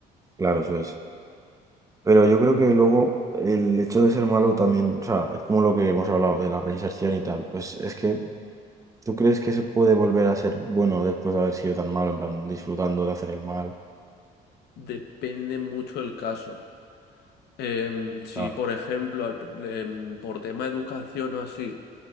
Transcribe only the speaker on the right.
claro, eso es. Pero yo creo que luego el hecho de ser malo también, o sea, es como lo que hemos hablado de la reinserción y tal, pues es que tú crees que se puede volver a ser bueno después de haber sido tan malo, en plan, disfrutando de hacer el mal.
Claro.